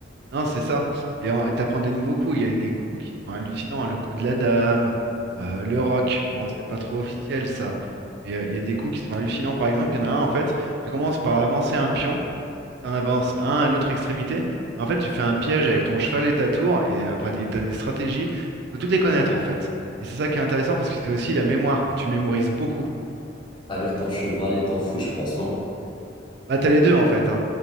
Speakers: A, on the right; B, on the left.
A: Non, c'est ça. Et en- et t'apprends des nouveaux coups. Il y a des coups qui sont hallucinants. Le coup de la dame, euh, le rock. Bon, c'est pas trop officiel ça. Mais euh, il y a des coups qui sont hallucinants. Par exemple, il y en a un, en fait, tu commences par avancer un pion. Tu en avances un à l'autre extrémité. En fait, tu fais un piège avec ton cheval et ta tour. Et euh, enfin, des- t'as des stratégies. Il faut toutes les connaître, en fait. Et c'est ça qui est intéressant parce que c'est aussi la mémoire. Tu mémorises beaucoup.
B: Avec ton cheval et ton fou, je pense, non?
A: Bah, t'as les deux, en fait. hein.